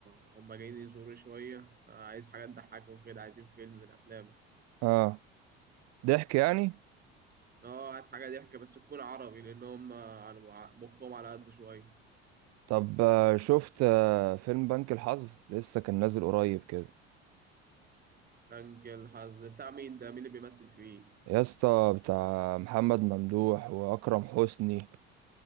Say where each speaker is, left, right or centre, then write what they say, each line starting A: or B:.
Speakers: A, on the right; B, on the right.
A: هم جايين يزوروا شويه فعايز حاجه تضحكهم كده عايزين فيلم من الافلام
B: اه ضحك يعني
A: اه هات حاجه ضحك بس تكون عربي لان هم على مخهم على قد شويه
B: طب آه، شفت آه، فيلم بنك الحظ لسه كان نازل قريب كده
A: بنك الحظ بتاع مين ده مين اللي بيمثل فيه
B: يا اسطى بتاع محمد ممدوح واكرم حسني